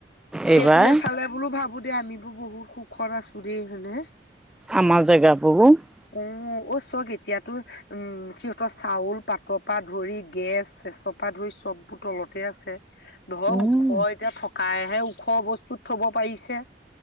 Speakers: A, on the left; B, in the centre.
A: সেই
B: এইবাৰ
A: তোলে চালে <unintelligible> বোলো ভাবো দে আমি বহুত সুখত আছো দেই হয় নে? <inaudible>
B: আমাৰ জেগাবোৰ। <unintelligible>
A: উম! অ চক এতিয়া তোৰ <unintelligible> উম! সিহঁতৰ চাউল পাতৰ পৰা ধৰি গেছ-চেচৰ পৰা ধৰি চববোৰ তলতে আছে। <unintelligible> ধৰক
B: উম
A: ওখ এতিয়া থকাইহে ওখ বস্তুত থব পাৰিছে